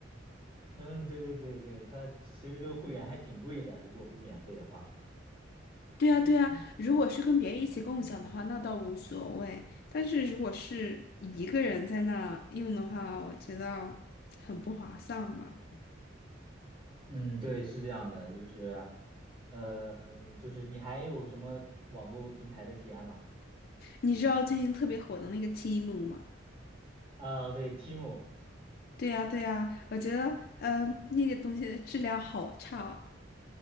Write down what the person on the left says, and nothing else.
对呀，对呀。如果是跟别人一起共享的话，那倒无所谓。但是如果是一个人在那用的话，我觉得很不划算吧。
你知道最近特别火的那个 Temu 吗？
对呀，对呀，我觉得呃，那个东西的质量好差啊